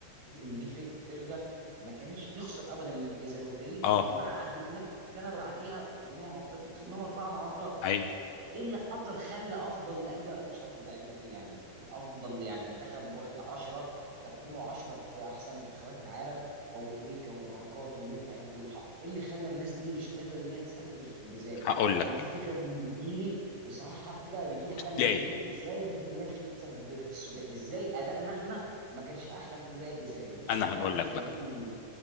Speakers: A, on the right; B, on the left.
A: إن دي فر- فرقة ما كانتش بتخسر أبدا من الجزائر والدليل
B: اه
A: إن بعد في نفس السنة بعديها في الأمم الأفريقية كسبناهم أربعة مع الرافة
B: ايوه
A: فإيه اللي حصل خلى أفضل لعيبة مش أفضل لعيبة في إيه، يعني أفضل يعني منتخب واخد 10 ترقيمه 10 في أحسن منتخبات العالم وابو تريكه وبركات ومتعب والحق ايه اللي خلى الناس دي مش قادره ان هي تسجل في الجزائر
B: هقول
A: يعني
B: لك
A: دي فكره من بتجيلي بصراحه كده بيجيلي حاله من
B: ليه
A: الجنون ازاي ما قدرناش نكسب في السودان ازاي ادائنا احنا ما كانش احلى من ده الجزائر دي بصراحه
B: انا هقول
A: بتخليني
B: لك بقى